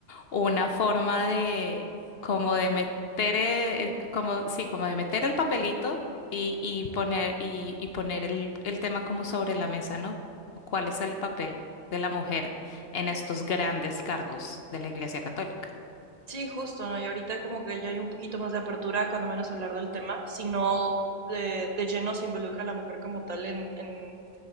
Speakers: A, on the left (about 60°); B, on the right (about 35°).
A: una forma de, como de meter, eh, como, sí, como de meter el papelito y, y poner, y, y poner el, el tema como sobre la mesa, ¿no? ¿Cuál es el papel de la mujer en estos grandes cargos de la Iglesia Católica?
B: Sí, justo, ¿no? Y ahorita como que ya hay un poquito más de apertura, cuando menos hablar del tema, sino de, de lleno se involucra la mujer como tal en, en,